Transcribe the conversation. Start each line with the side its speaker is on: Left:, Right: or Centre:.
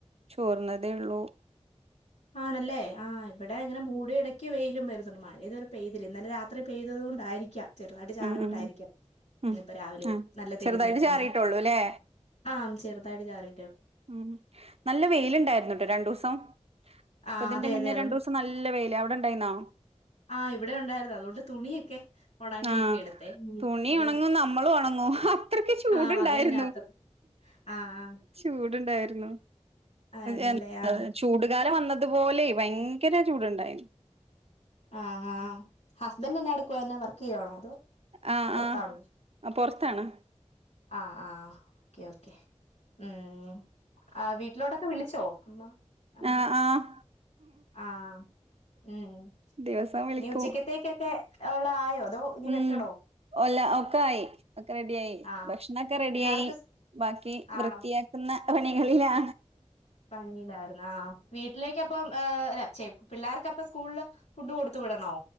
Right: ചോർന്നതേ ള്ളൂ.
Left: ആണല്ലേ? ആഹ് ഇവിടെങ്ങനെ മൂടി ഇട ക്ക് വെയിലും വരുന്നുണ്ട്. മഴ ഇതു വരെ പെയ്തില്ല. ഇന്നലെ രാത്രി പെയ്തത് കൊണ്ടായിരിക്കാം ചെറുതായിട്ട് ചാറിയോണ്ടായിരിക്കാം
Right: ഉം ഉം ഉം
Left: ന്ന് ഇപ്പ രാവിലേം
Right: ആ
Left: നല്ല തെളി
Right: ചെറുതായിട്ട്
Left: ഞീക്ക്‌ന്നെ.
Right: ചാറിയിട്ടുള്ളൂ അല്ലേ
Left: ആം ചെറുതായിട്ട് ചാറി
Right: ഉം. നല്ല വെയിലണ്ടായിരുന്നുട്ടോ രണ്ടൂസം. പ്പ
Left: ആഹ്
Right: തിന്റെ
Left: അതെ
Right: മുന്നേ
Left: അതെ അതുകൊണ്ട്
Right: രണ്ടൂസം നല്ല വെയില് അവിടെ ണ്ടായിന്നോ?
Left: ആഹ് ഇവിടെ ഉണ്ടായിരുന്നു, അതൊണ്ട് തുണിയൊക്കെ, ഒണങ്ങിയൊക്കെ
Right: ആ
Left: എടുത്തെ ഉം
Right: തുണി
Left: അത്
Right: ഉണങ്ങും നമ്മളും ഉണങ്ങും അത്രക്ക് ചൂടുണ്ടായിരുന്നു
Left: ആഹ് അതെന്നെ, അത് ആഹ് ആഹ്
Right: ചൂടുണ്ടാര്ന്നു.
Left: ആയിരുന്നല്ലേ
Right: എ
Left: ആഹ്
Right: ചൂട് കാലം വ ന്നത്പോലെ ഭയങ്കര ചൂടുണ്ടായിരുന്നു.
Left: ആഹ് ആഹ് ഹസ്ബൻഡെന്ന എടുക്കുവാ? എന്നാ വർക്കെയ്യൂ വാണോ? അതോ
Right: ആഹ്
Left: പുറത്താണോ
Right: ആഹ് അഹ് പൊറത്താണ്.
Left: ആഹ് ആഹ് ഓക്കെ ഓക്കെ ഉം ആഹ് വീട്ടിലോട്ടൊക്കെ വിളി ച്ചോ അമ്മ അമ്മയൊക്കെ
Right: ഏഹ് ആഹ്
Left: ആഹ് ഉം.
Right: ദിവസം വിളിക്കും
Left: നി ഉച്ചക്കത്തേക്കൊക്കെ ഉള്ള ആയോ? അതോ നി
Right: ഉം
Left: വെക്കണോ?
Right: ഒല്ല ഔ ഒക്കെ ആയി. ഒക്കെ റെഡിയായി,
Left: ആഹ്
Right: ഭക്ഷണൊക്കെ റെഡിയായി.
Left: പിള്ളേർക്ക്
Right: ബാക്കി വൃത്തിയാക്കുന്ന
Left: ആണോ
Right: പണി കളിലാ.
Left: പണീയില്ലാര്ന്ന്. ആഹ് വീട്ടിലേക്കപ്പ പ്പം ഏഹ് ഛെ പിള്ളേർക്കപ്പ സ്കൂള്ല് ഫുഡ് കൊടുത് വിടണോ?